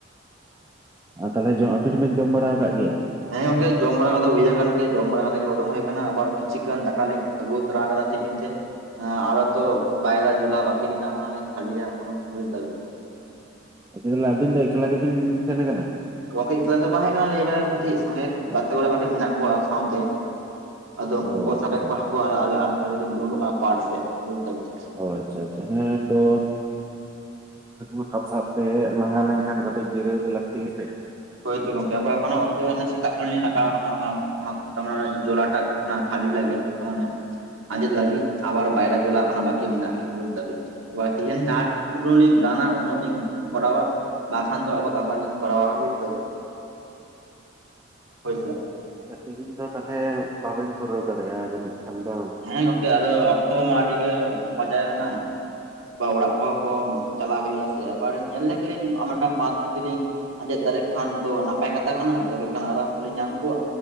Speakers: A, on the right (about 15°); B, on the right (about 85°).
A: ᱟᱨ ᱛᱟᱦᱚᱞᱮ ᱡᱚᱢ ᱟᱵᱤᱱ ᱦᱚᱸᱵᱤᱱ ᱡᱚᱢ ᱵᱟᱲᱟ ᱟᱠᱟᱫ ᱜᱮᱭᱟ,
B: ᱦᱮᱸ ᱜᱚᱝᱠᱮ ᱡᱚᱢ ᱵᱟᱲᱟ ᱠᱚᱫᱚ ᱦᱩᱭ ᱟᱠᱟᱱ ᱜᱮᱭᱟ ᱡᱚᱢ ᱵᱟᱲᱟ ᱠᱟᱛᱮᱜ ᱜᱮ ᱩᱰᱩᱝ ᱦᱩᱭ ᱟᱠᱟᱱᱟ ᱟᱵᱟᱨ ᱠᱤᱪᱷᱩ ᱜᱟᱱ ᱫᱟᱠᱟᱞᱤ, ᱟᱹᱜᱩ ᱛᱟᱨᱟ ᱟᱠᱟᱫᱟ ᱴᱤᱯᱤᱱ ᱛᱮ, ᱟᱨ ᱛᱚ ᱵᱟᱭᱨᱟ ᱡᱩᱞᱟ ᱵᱟᱹᱠᱤ ᱢᱮᱱᱟᱜ ᱟ ᱚᱱᱟ ᱞᱤᱧ ᱠᱷᱟᱹᱞᱤᱭᱟ ᱮᱠᱷᱚᱱᱳ ᱵᱩᱡ ᱮᱫᱟᱵᱤᱱ,
A: ᱟᱪᱪᱷᱟ ᱛᱟᱦᱚᱞᱮ ᱟᱵᱤᱱ ᱫᱚ ᱮᱠᱞᱟ ᱜᱮᱵᱤᱱ ᱥᱮᱱ ᱟᱠᱟᱱᱟ᱾
B: ᱜᱚᱝᱠᱮ ᱮᱠᱞᱟ ᱜᱮ ᱛᱟᱸᱦᱮ ᱠᱟᱱᱟ ᱞᱤᱧ ᱢᱟᱱᱮ ᱠᱟᱹᱴᱤᱡ ᱥᱟᱸᱜᱮ ᱜᱟᱛᱮ ᱠᱚᱲᱟ ᱠᱟᱹᱴᱤᱡ ᱢᱮᱱᱟᱜ ᱠᱚᱣᱟ ᱥᱟᱶᱛᱮ᱾ ᱟᱫᱚ ᱩᱱᱠᱩ
A: ᱚ
B: ᱠᱚ ᱥᱟᱵᱮᱫ
A: ᱟᱪᱪᱷᱟ
B: ᱠᱚᱣᱟ ᱦᱟᱹᱠᱩ ᱟᱫᱚ ᱟᱹᱞᱤᱧ ᱠᱟᱹᱴᱤᱡ ᱞᱤᱧ ᱫᱩᱲᱩᱵ ᱟᱠᱟᱱᱟ ᱯᱟᱲ ᱥᱮᱫ ᱵᱩᱡ ᱫᱟᱵᱤᱱ,
A: ᱚ ᱟᱪᱪᱷᱟ ᱟᱪᱪᱷᱟ ᱦᱮᱸ ᱛᱳ ᱦᱟᱹᱠᱩ ᱥᱟᱵ ᱥᱟᱵ ᱛᱮ ᱞᱟᱸᱜᱟ ᱞᱮᱱᱠᱷᱟᱱ ᱠᱟᱹᱴᱤᱡ ᱜᱤᱨᱟᱹᱣ ᱫᱚ ᱞᱟᱹᱠᱛᱤ ᱜᱮ ᱥᱮ,
B: ᱦᱳᱭᱛᱚ ᱜᱚᱝᱠᱮ ᱟᱵᱟᱨ ᱮᱠᱷᱳᱱᱚ ᱜᱚᱝᱠᱮ ᱥᱮᱛᱟᱜ ᱠᱷᱚᱱ ᱞᱤᱧ ᱞᱟᱜᱟᱣ ᱟᱠᱟᱱᱟ ᱚᱱᱟ ᱥᱟᱵ ᱠᱟᱜ ᱢᱮ ᱡᱚᱞᱟ ᱴᱟᱜ ᱚᱱᱟ ᱠᱷᱟᱞᱤ ᱞᱟᱜᱤᱫ ᱚᱱᱮ ᱟᱸᱫᱮᱫ ᱞᱟᱹᱜᱤᱫ ᱟᱵᱟᱨ ᱵᱟᱭᱨᱟ ᱡᱚᱞᱟ ᱮᱠᱷᱳᱱᱚ ᱵᱟᱠᱤ ᱢᱮᱱᱟᱜ ᱜᱮᱭᱟ ᱵᱩᱡ ᱫᱟᱵᱤᱱ ᱛᱚ᱾ ᱮᱵᱟᱨ ᱛᱮᱦᱮᱧ ᱡᱟᱸᱦᱟ ᱴᱩᱞᱩᱝ ᱞᱤᱧ ᱜᱟᱱᱟ ᱩᱱᱟᱹᱜ ᱞᱤᱧ ᱠᱚᱨᱟᱣᱟ᱾ ᱵᱟᱥᱟᱱ ᱫᱚ ᱜᱟᱯᱟ ᱞᱤᱧ ᱠᱚᱨᱟᱣ ᱟ ᱵᱩᱡ ᱮᱫᱟ ᱵᱤᱱ ᱦᱚᱭ ᱥᱮ,
A: ᱟᱪᱪᱷᱟ ᱛᱤᱦᱤᱧ ᱫᱚ ᱛᱟᱦᱚᱞᱮ ᱵᱟᱵᱤᱱ ᱯᱩᱨᱟᱹᱣ ᱫᱟᱲᱮᱭᱟᱜ-ᱟ, ᱡᱟᱹᱱᱤᱡ ᱠᱷᱟᱱ ᱫᱚ,
B: ᱦᱮᱸ ᱜᱚᱢᱠᱮ ᱟᱫᱚ ᱚᱠᱛᱚ ᱢᱟ ᱟᱹᱰᱤ ᱜᱮ ᱵᱟᱡᱟᱣᱮᱱᱟ, ᱮᱵᱟᱨ ᱚᱲᱟᱜ ᱠᱚᱦᱚᱸ ᱠᱚ ᱪᱟᱞᱟᱣ ᱦᱩᱭᱩᱜ-ᱟ ᱥᱮ ᱮᱵᱟᱨ ᱧᱮᱞ ᱞᱮᱜᱮ ᱞᱤᱧ ᱟᱨ ᱢᱤᱫᱴᱟᱝ ᱵᱟᱸᱫᱷ ᱡᱩᱫᱤ ᱞᱤᱧ, ᱟᱸᱡᱮᱫ ᱫᱟᱲᱮᱜ ᱠᱷᱟᱱ ᱛᱚ ᱱᱟᱯᱟᱭ ᱠᱟᱛᱷᱟ ᱠᱟᱱᱟ ᱛᱚᱵᱮ ᱠᱷᱟᱱ ᱟᱨ ᱦᱚ ᱦᱟᱹᱠᱩ ᱞᱮ ᱧᱟᱢ ᱠᱚᱣᱟ᱾